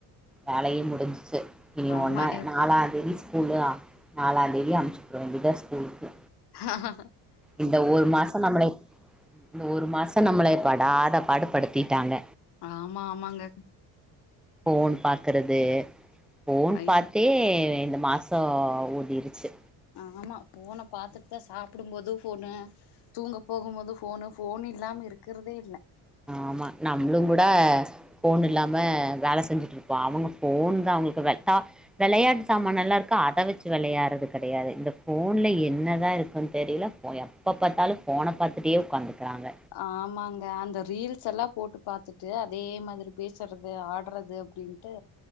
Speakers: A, in the centre; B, on the left.
A: வேலையே முடிஞ்சிச்சு இனி
B: ஆமா.
A: ஒன்னா
B: எப்
A: நாலாந்தேதி ஸ்கூலா நாலாந்தேதி அமுச்சுட்ற வேண்டிதா ஸ்கூலுக்கு
B: ஆஹா ஹா
A: இந்த ஒரு மாச நம்மளே இந்த ஒரு மாச நம்மளைய படாத பாடு படுத்திட்டாங்க
B: ஆமா ஆமாங்க
A: ஃபோன் பாக்குறது ஃபோன்
B: ஐயோ!
A: பாத்தே இந்த மா சோ ஓடிருச்சு
B: ஆமா ஃபோன பாத்துட்தா சாப்டும்போது ஃபோனு தூங்க போகும்போது ஃபோனு ஃபோன் இல்லாம இருக்கிறதே இல்ல
A: ஆமா நம்மளுங் கூட ஃபோன் இல்லாம வேல செஞ்சுட்டு இருப்போ அவுங்க போன் தா அவுங்களுக்கு வெட்டா வெளையாட்டு சாமானல்லா இருக்கு அத வெச்சு வெளையாறது கெடையாது இந்த ஃபோன்ல என்னதா இருக்கு தெரில ஓ எப்ப பாத்தாலு ஃபோன பாத்துட்டே உக்காந்துக்கறாங்க
B: ஆமாங்க அந்த ரீல்ஸ் எல்லா போட்டு பாத்துட்டு அதே மாரி பேசுறது ஆட்றது டின்ட்டு